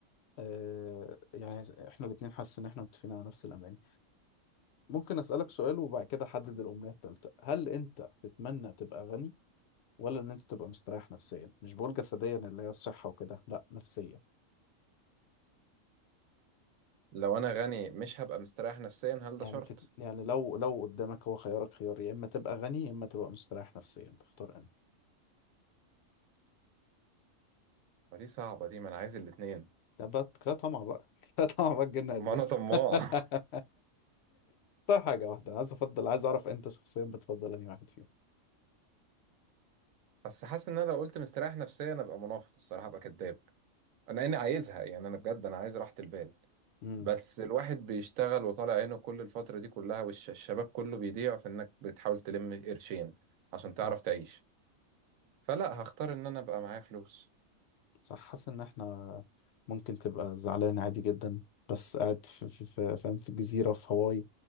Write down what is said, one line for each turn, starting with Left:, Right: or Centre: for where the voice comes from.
Left: آه، يعني احنا الاتنين حاسس ان احنا متفقين على نفس الاماني ممكن اسألك سؤال وبعد كده احدد الامنية التالتة هل انت تتمنى تبقى غني ولا ان انت تبقى مستريح نفسيا مش بقول جسديا اللي هي الصحة وكده لا نفسيا
Right: لو انا غني مش هبقى مستريح نفسيا هل
Left: يعني
Right: ده شرط
Left: تت... يعني لو لو قدامك هو خيارك خيار يا اما تبقى غني يا اما تبقى مستريح نفسيا تختار
Right: ما دي صعبة دي ما انا عايز الاتنين
Left: ده بقى كده طمع بقى <laughs> كده طمع بقى الجن هيلبسنا
Right: ما انا طماع
Left: <laughs>
Right: <laughs>
Left: اختار حاجة واحدة عايز افضل عايز اعرف انت شخصيا بتفضل انهي واحد فيهم
Right: بس حاسس ان انا لو قلت مستريح نفسيا ابقى منافق الصراحة ابقى كذاب انا اني عايزها يعني انا بجد انا عايز راحة البال
Left: امم
Right: بس الواحد بيشتغل وطالع عينه كل الفترة دي كلها والشباب كله بيضيع في انك بتحاول تلم قرشين عشان تعرف
Left: صح
Right: تعيش فلا هختار ان انا ابقى معايا فلوس
Left: صح حاسس ان احنا ممكن تبقى زعلان عادي جدا بس قاعد في في في فاهم في جزيرة في هاواي